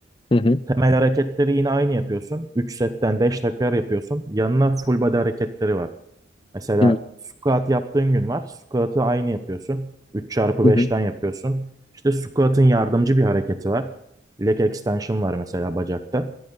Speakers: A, on the left (about 30°); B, on the right (about 20°).
A: hı hı,
B: Temel hareketleri yine aynı yapıyorsun. 3 setten 5 tekrar yapıyorsun. Yanına full body hareketleri var. Mesela
A: hı
B: squat yaptığın gün var. Squat'ı aynı yapıyorsun. üç çarpı
A: hı,
B: beşten yapıyorsun. İşte squat'ın yardımcı bir hareketi var. Leg extension var mesela bacakta.